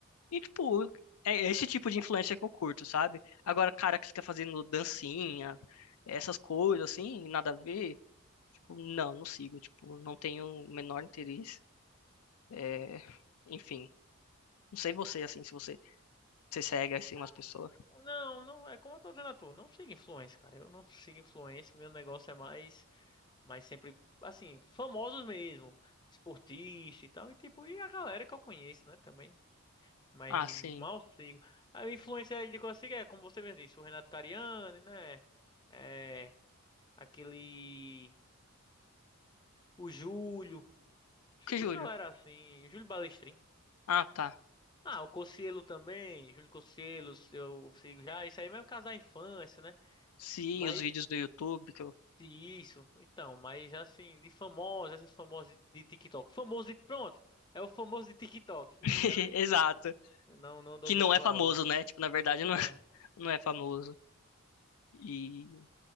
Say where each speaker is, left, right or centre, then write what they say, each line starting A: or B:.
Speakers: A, on the left; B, on the left.
A: E, tipo, é esse tipo de influência que eu curto, sabe? Agora, cara que fica fazendo dancinha, essas coisas, assim, nada a ver. Tipo, não, não sigo. Tipo, não tenho o menor interesse. É, Enfim, não sei você, assim, se você, você segue, assim,
B: Então,
A: umas pessoas.
B: Não, não, é como eu tô dizendo a tu, não sigo influência, cara. Eu não sigo influência, meu negócio é mais, mais sempre, assim, famosos mesmo, esportista e tal, e tipo, e a galera que eu conheço, né, também. Mas
A: Ah, sim.
B: mal sigo. A influência ainda que eu sigo é, como você mesmo disse, o Renato Cariani, né? É, aquele. O Júlio. Sigo
A: Que Júlio?
B: uma galera assim, o Júlio Balestrin.
A: Ah, tá.
B: Ah, o Cossielo também, Júlio Cossielo, eu sigo já, isso aí mesmo caso da infância, né?
A: Sim,
B: Mas
A: os vídeos do YouTube. Que eu...
B: isso, então, mas assim, de famosos, essas famosas de TikTok. Famoso de, pronto, é o famoso de TikTok.
A: <laughs>
B: Eu já nem,
A: Exato.
B: não, não dou
A: Que não
B: muito
A: é
B: valor.
A: famoso, né? Tipo, na verdade,
B: É,
A: não é, não é famoso. E